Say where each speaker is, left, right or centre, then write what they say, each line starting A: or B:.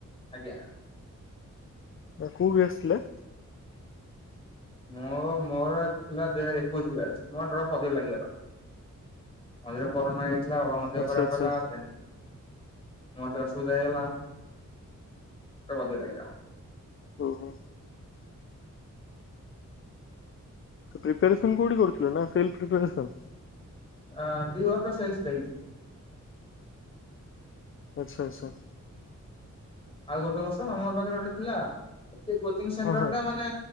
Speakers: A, on the left (about 20°); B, on the left (about 45°).
A: ଆଜ୍ଞା।
B: ଆ କୋଉ ବ୍ୟାଚ ଥିଲା?
A: ମୋ ମୋର ଥିଲା ଦୁଇ ହଜାର ଏକୋଇଶ ବ୍ୟାଚ୍ ମୋ ଡ୍ରପ୍ ଅଧିକ ଲାଗିଗଲା। ମଝିରେ କରୋନା ହେଇ ଯାଇଥିଲା ବାବାଙ୍କ ଦେହ
B: ଆଚ୍ଛା
A: ଖରାପ
B: ଆଚ୍ଛା
A: ହେଲା ଦେନ୍ ମୋର୍ ଟେ ଅସୁବିଧା ହେଇଗଲା <unintelligible>
B: ହୁଁ ହୁଁ। ପ୍ରିପସନ୍ କୋଉଠି କରୁଥିଲ ନା ସେ ପ୍ରିପସନ୍
A: ଅ ଦିଇ ବର୍ଷ ସେନ୍ସ ଦେଇଛି।
B: ଆଚ୍ଛା ଆଚ୍ଛା।
A: ଆଉ ଗୋଟେ ବର୍ଷ ମାମୁଁ ହର ପାଖରେ ଗୋଟେ ଥିଲା ସେ କୋଚିଂ ସେଣ୍ଟର
B: ହଁ ହଁ
A: ଟା ମାନେ